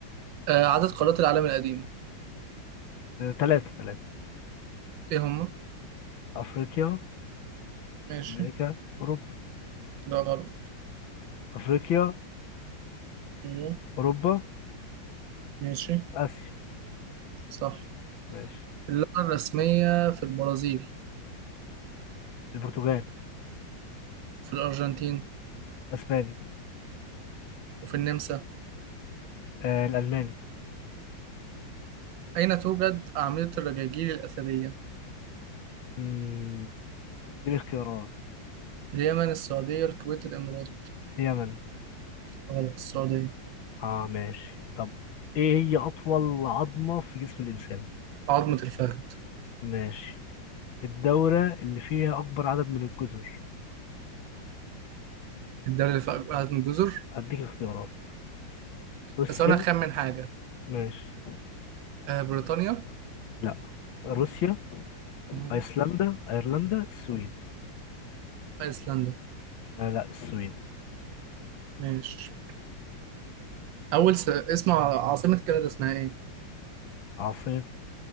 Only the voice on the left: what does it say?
ثلاثة ثلاثة
افريقيا
امريكا اوروبا
افريقيا
اوروبا
اسيا
ماشي
البرتغال
اسباني
آه... الالماني
مم، دي الاختيارات
اليمن
اه ماشي طب ايه هي اطول عظمة في جسم الانسان
ماشي الدولة اللي فيها أكبر عدد من الجزر
هديك اختيارات روسيا
ماشي
لا روسيا
أيسلندا أيرلندا السويد
آه لا السويد
عاصمة